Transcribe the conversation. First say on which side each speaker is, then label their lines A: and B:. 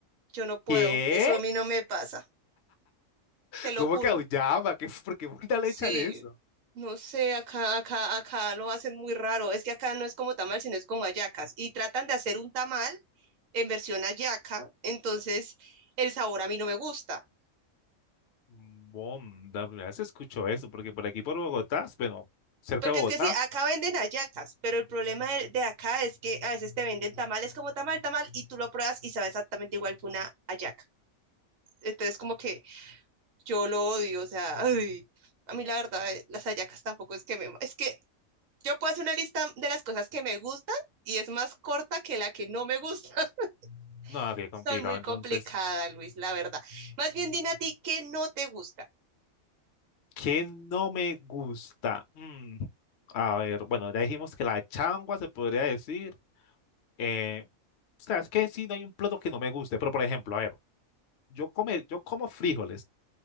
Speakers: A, on the right; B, on the left.
A: yo no puedo,
B: ¿Qué?
A: eso a mí no me pasa, te lo
B: ¿Cómo
A: juro.
B: que auyama? ¿Qué, ¿Por qué <laughs> puta le
A: Sí,
B: echan eso?
A: no sé, acá, acá, acá lo hacen muy raro. Es que acá no es como tamal, sino es como hallacas. Y tratan de hacer un tamal en versión hallaca, entonces el sabor a mí no me gusta.
B: Bom, primera vez escucho eso, porque por aquí por Bogotá, bueno, cerca
A: Porque
B: de Bogotá,
A: es que sí, acá venden hallacas, pero el problema de, de acá es que a veces te venden tamales como tamal, tamal, y tú lo pruebas y sabe exactamente igual que una hallaca. Entonces como que yo lo odio, o sea, ay, a mí la verdad, eh, las hallacas tampoco es que me... Es que Yo puedo hacer una lista de las cosas que me gustan y es más corta que la que no me gusta.
B: no,
A: <laughs>
B: ah, qué complicado.
A: Soy muy
B: Entonces,
A: complicada, Luis, la verdad. Más bien dime a ti qué no te gusta.
B: ¿qué no me gusta? Mm, a ver, bueno, ya dijimos que la changua se podría decir. Eh, o sea, es que sí, no hay un plato que no me guste, pero por ejemplo, a ver, yo, come, yo como frijoles,